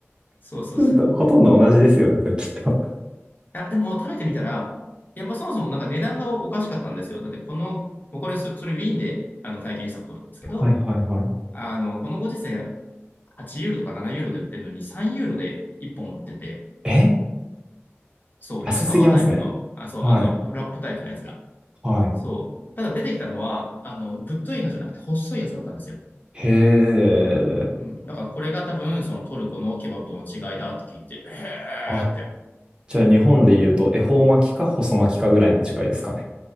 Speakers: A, on the left (about 45°); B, on the right (about 20°).
A: そうそうそう
B: ちょっと、ほとんど同じですよね、それきっと。
A: いや、でも食べてみたら、いや、まあそもそもなんか値段がおかしかったんですよ。だってこの、もうこれそ、それウィーンであの体験したことなんですけど、
B: はい、はい、はい。
A: あの、このご時世8ユーロとか7ユーロで売ってるのに3ユーロで1本売ってて、
B: え
A: そう、
B: 安すぎますね。
A: 薄皮タイプの、あ、そう、
B: はい、
A: あの、ラップタイプのやつが。
B: はい。
A: そう。ただ出てきたのは、あの、ぶっといのじゃなくて細いやつだったんですよ。
B: へえ。
A: うん、だからこれが多分そのトルコのケバブとの違いだって聞いて、えーって、
B: あ、じゃあ日本で言うと、恵方巻きか細巻きかぐらいの違いですかね。